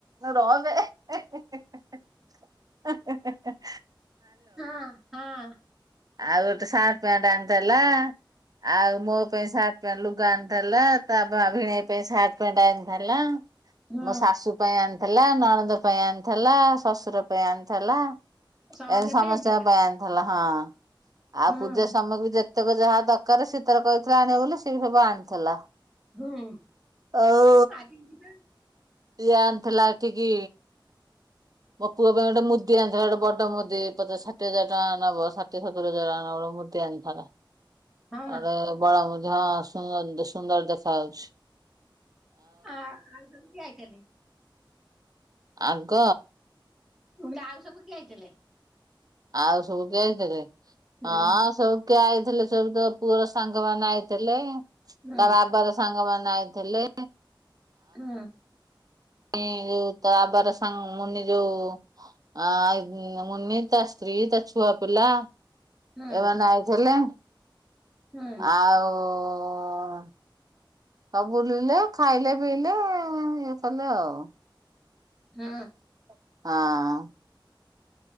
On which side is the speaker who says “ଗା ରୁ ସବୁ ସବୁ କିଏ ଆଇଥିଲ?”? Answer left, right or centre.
Centre